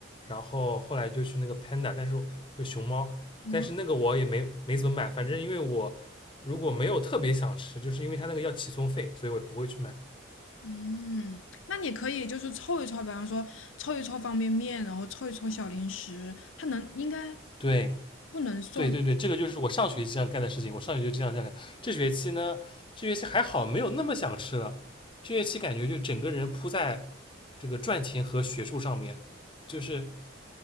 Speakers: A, on the left; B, on the left.
A: 然后后来就去那个 Panda，但是就熊猫，
B: 哦，
A: 但是那个我也没没怎么买，反正因为我如果没有特别想吃，就是因为他那个要起送费，所以我也不会去买。
B: 嗯，那你可以就是凑一凑，比方说凑一凑方便面，然后凑一凑小零食，它能应该
A: 对
B: 不能送。
A: 对对对，这个就是我上学期这样干的事情，我上学期就这样干的。这学期呢，这学期还好，没有那么想吃了。这学期感觉就整个人扑在这个赚钱和学术上面，就是